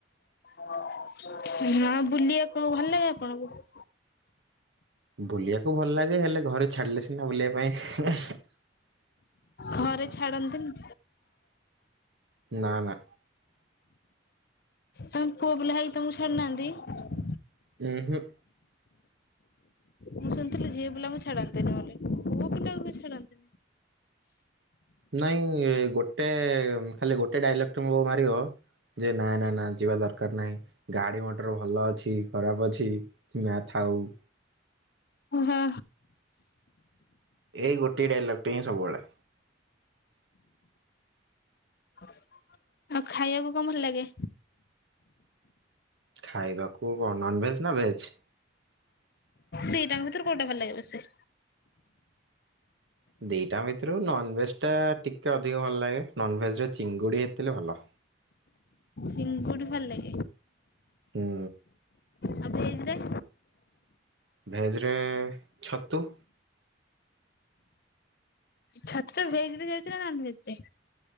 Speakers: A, on the left; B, on the right.
A: ହଁ ନା ବୁଲିବା କଣଙ୍କୁ ଭଲ ଲାଗେ ଆପଣଙ୍କୁ?
B: ବୁଲିବାକୁ ଭଲ ଲାଗେ ହେଲେ ଘରେ ଛାଡିଲେ ସିନା ବୁଲିବା ପାଇଁ।
A: ଘରେ ଛାଡ଼ନ୍ତିନି?
B: ନା ନା
A: ତମେ ପୁଅ ପିଲା ହେଇ ତମକୁ ଛାଡୁନାହାନ୍ତି?
B: ଓ ହୁଁ
A: ମୁଁ ଝିଅ ପିଲା ଙ୍କୁ ଛାଡନ୍ତିନି ବୋଲି ପୁଅ ପିଲାକୁ ବି ଛାଡାନ୍ତିନି?
B: ନାଇଁ ଗୋଟେ ଖାଲି ଗୋଟେ ଡାଇଲଗ ଟେ ବୋଉ ମାରିବ ଯେ ନା ନା ନା ଯିବା ଦରକାର ନାହିଁ ଗାଡି ମଟର ଭଲ ଅଛି ଖରାପ ଅଛି। ନା ଥାଉ
A: ଓ ହଁ
B: ଏଇ ଗୋଟିଏ ଡାଇଲକ୍ ହିଁ ସବୁବେଳେ
A: ଆଉ ଖାଇବାକୁ କଣ ଭଲ ଲାଗେ?
B: ଖାଇବାକୁ କଣ ନନ ଭେଜ୍ ନା ଭେଜ୍?
A: ଦିଟାଙ୍କ ଭିତୁରୁ କଉଟା ଭଲ ଲାଗେ ବେସି?
B: ଦିଟାଙ୍କ ଭିତୁରୁ ନନଭେଜ ଟା ଟିକେ ଅଧିକ ଭଲ ଲାଗେ। ନନଭେଜ ରେ ଚିଙ୍ଗୁଡି ହେଇଥିଲେ ଭଲ।
A: ଚିଙ୍ଗୁଡି ଭଲ ଲାଗେ।
B: ହୁଁ।
A: ଆଉ ଭେଜରେ?
B: ଭେଜରେ ଛତୁ।
A: ଛତୁ ଭେଜ ରେ ଯାଉଛି ନା ନନ ଭେଜ ରେ?